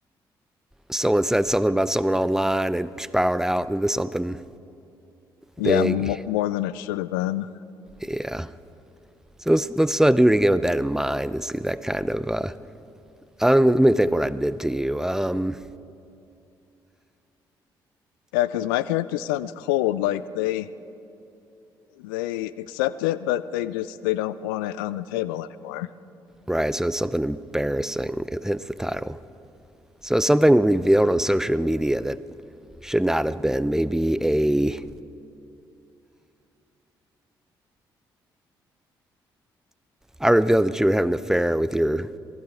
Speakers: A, in the centre; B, on the left.
A: someone said something about someone online and it spiraled out into something
B: Yeah,
A: big.
B: mo more than it should have been.
A: Yeah. So let's let's uh, do it again with that in mind and see that kind of. Uh, um, let me think what I did to you. Um,
B: Yeah, because my character sounds cold. Like they they accept it, but they just they don't want it on the table anymore.
A: right. So it's something embarrassing. Hence the title. So it's something revealed on social media that should not have been. Maybe a I revealed that you were having an affair with your